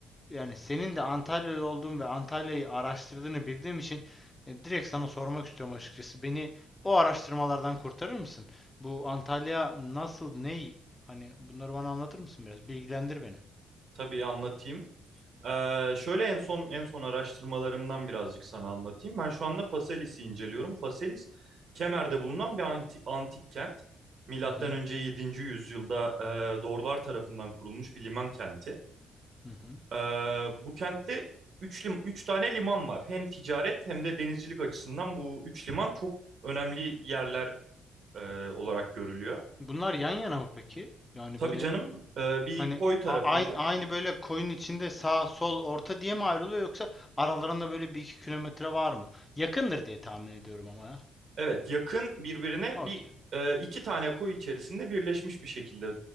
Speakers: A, on the left; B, on the right.
A: yani senin de Antalyalı olduğun ve Antalya'yı araştırdığını bildiğim için e, direkt sana sormak istiyorum açıkçası. Beni o araştırmalardan kurtarır mısın? Bu Antalya nasıl, ney? Hani bunları bana anlatır mısın biraz? Bilgilendir beni.
B: Tabii anlatayım. Ee, şöyle en son en son araştırmalarımdan birazcık sana anlatayım. Ben şu anda Faselis'i inceliyorum. Faselis Kemer'de bulunan bir anti- antik kent. Milattan
A: Hı hı.
B: önce yedinci yüzyılda e, Dorlar tarafından kurulmuş bir liman kenti.
A: Hı hı.
B: Ee, bu kentte 3 lim 3 tane liman var. Hem ticaret hem de denizcilik açısından bu 3 liman çok önemli yerler e, olarak görülüyor.
A: Bunlar yan yana mı peki? Yani
B: Tabii
A: böyle
B: canım e, bir
A: hani
B: koy tarafında
A: a- aynı aynı böyle koyun içinde sağ sol orta diye mi ayrılıyor yoksa aralarında böyle bir iki kilometre var mı? Yakındır diye tahmin ediyorum ama ya.
B: evet yakın birbirine
A: Okey.
B: bir e, iki tane koy içerisinde birleşmiş bir şekilde